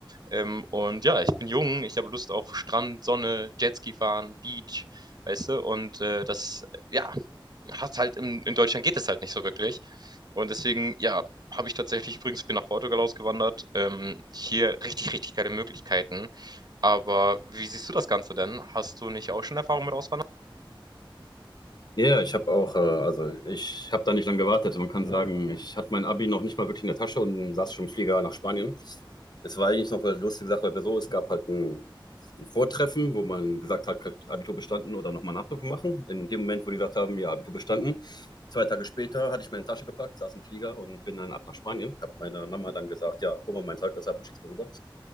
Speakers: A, on the right; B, on the left.
A: Ähm, und ja, ich bin jung, ich habe Lust auf Strand, Sonne, Jetski fahren, Beach, weißt du, und äh, das, ja, hast halt in, in Deutschland geht es halt nicht so wirklich. Und deswegen, ja, habe ich tatsächlich übrigens bin nach Portugal ausgewandert. Ähm, hier richtig, richtig geile Möglichkeiten. Aber wie siehst du das Ganze denn? Hast du nicht auch schon Erfahrung mit Auswandern?
B: Ja, ja, ich habe auch äh, also, ich habe da nicht lange gewartet. Man kann sagen, ich hatte mein Abi noch nicht mal wirklich in der Tasche und saß schon im Flieger nach Spanien. Es war eigentlich noch eine lustige Sache, weil wir so, es gab halt ein, ein Vortreffen, wo man gesagt hat, hat Abitur bestanden oder nochmal Nachprüfung machen. In dem Moment, wo die gesagt haben, ja, Abitur bestanden, zwei Tage später hatte ich meine Tasche gepackt, saß im Flieger und bin dann ab nach Spanien. Habe meiner Mama dann gesagt, ja, hol mal mein Zeugnis ab und schick's mir rüber.